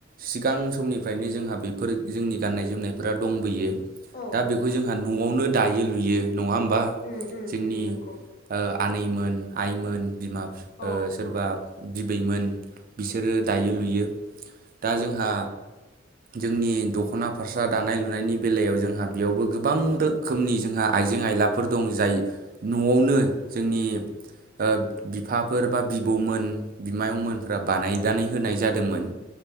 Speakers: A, on the right; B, on the left.
A: सिगां समनिफ्रायनो जोंहा बेफोर जोंनि गाननाय जोमनायफोरा दंबोयो
B: औ
A: दा बेखौ जोंहा न'आवनो दायो लुयो नङा होमबा
B: उम उम
A: जोंनि‌
B: उम नंगौ
A: ओ आनैमोन आइमोन बिमा बिफा
B: औ
A: सोरबा बिबैमोन बिसोरो दायो लुयो दा
B: औ
A: जोंहा जोंनि दख'ना फारसा दानाय लुनायनि बेलायाव जोंहा बेयावबो गोबां रोखोमनि जोंहा आइजें आइ लाफोर दं जाय न'आवनो जोंनि ओ फोर बा बिब'मोन बिमाइअंमोनफोरा बानायनानै होनाय जादोंमोन